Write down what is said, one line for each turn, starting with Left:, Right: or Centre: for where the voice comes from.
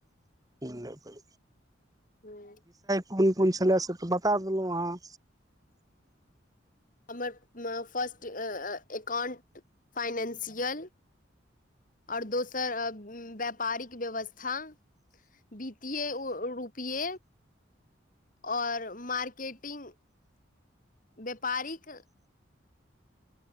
Right: लेबई
Left: हँ
Right: कोन कोन छले से तऽ बता देलौं अहाँ
Left: हमर फर्स्ट अ एकाउंट फाइनेंशियल आओर दोसर व्यापारिक व्यवस्था बीतिए ओ रूपए आओर मार्केटिंग व्यापारिक